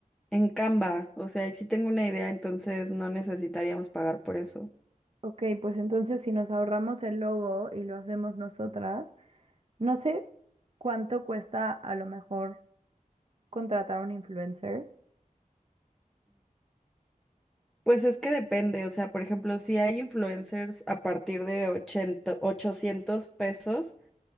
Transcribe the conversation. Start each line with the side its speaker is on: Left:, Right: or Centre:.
Centre: en Canva. O sea, si tengo una idea, entonces no necesitaríamos pagar por eso.
Right: Ok, pues entonces si nos ahorramos el logo y lo hacemos nosotras, no sé cuánto cuesta a lo mejor contratar a un influencer.
Centre: Pues es que depende, o sea, por ejemplo, si hay influencers a partir de 80, 800 pesos,